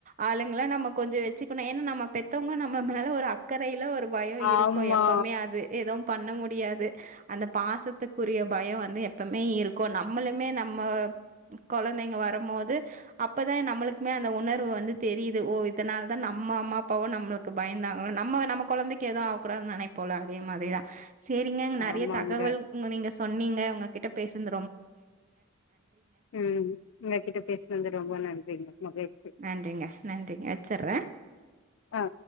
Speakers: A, on the right; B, on the left.
A: ஆளுங்கள நம்ம கொஞ்சோ வச்சுக்கணு ஏன்னா நம்ம பெத்தவங்க நம்ம மேல ஒரு அக் க்கரையில ஒரு பயோ
B: ஆமா
A: இருக்கும் எப்பபுமே அது எதும் பண்ண முடியாது அந்த பாசத்துக்குரிய பய வந்து எப் எப்பமே இருக்கும் நம்மளுமே நம்ம கொழந்தைங்க வரம் போது அப்பதா நம்மளுக்குமே அந்த உணர்வு வந்து தெரியுது ஓ இதனா அத்தா நம்ம அம்மா அப்பாவோ நம்மளு பயந்தாங்கணு நம்ம நம்ம கொழந்தைக்கு எதும் ஆக கூடாது நெனைப்போல்ல அதே மாதிரிதா சேரிங்க நறைய
B: ஆமாங்க
A: தகவல் ஒங்க நீங்க சொன்னீங்க உங்க கிட்ட பேசுன
B: ம் உங்க கிட்ட பேசினது ரொம்ப நன்றிங்க மகிழ்ச்சி
A: நன்றிங்க நன்றிங்க வச்சட்றே
B: அ